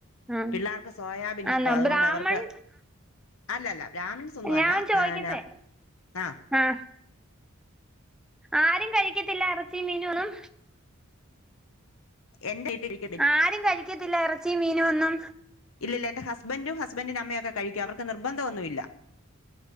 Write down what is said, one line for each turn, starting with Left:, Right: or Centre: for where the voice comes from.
Centre: ആഹ്
Left: പിള്ളേർക്ക് സോയാബീൻ ഇഷ്ട്ടാ
Centre: ആന്നോ
Left: അതുകൊണ്ട്
Centre: ബ്രാഹ്മൺ
Left: അവർക്ക് അല്ലല്ല ബ്രാഹ്മിൺസ് ഒന്നും
Centre: ഞാൻ
Left: അല്ല
Centre: ചോദിക്കട്ടെ
Left: നയന ആഹ്
Centre: ആഹ് ആരും കഴിക്കത്തില്ല ഇറച്ചി മീനോന്നും
Left: എന്റെ ഇഡ് ലി
Centre: ആരും കഴിക്കത്തില്ല ഇറച്ചി മീനു ഒന്നും
Left: ഇല്ലില്ല എന്റെ ഹസ്ബന്റും ഹസ്ബന്റിന്റെ അമ്മയൊക്കെ കഴിക്കും അവർക്ക് നിർബന്ധ ഒന്നുല്ല